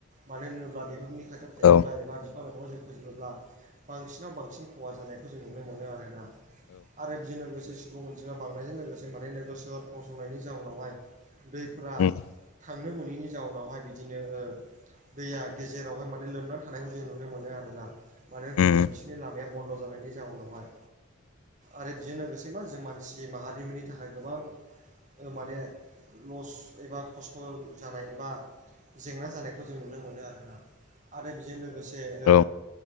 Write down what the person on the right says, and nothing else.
मानो होनोब्ला बेफोरनि खाथियाव थायोब्ला
एबा बिफां लाइफांखौ जों फोजोबोब्ला बांसिनाव बांसिन खहा जानायखौ जों नुनो मोनो आरोना आरो बेजों लोगोसे सुबुं अनजिमा बांनायजों लोगोसे माने नोगोर सोहोर फंसंनायनि जाउनावहाय दैफ्रा
थांनो मोनैनि जाउनावहाय बिदिनो ओ दैया गेजेरावहाय माने लोमनानै थानायखौ जों नुनो मोनो आरोना मानो होनोबा
बिसोरनि लामाया बन्द' जानायनि जाउनावहाय आरो बेजों लोगोसे मा जों मान सि माहारिमनि थाखाय गोबां ओ माने लस एबा खस्थ' जानाय एबा जेंना जानायखौ जों नुनो मोनो आरोना आरो बेजों लोगोसे ओ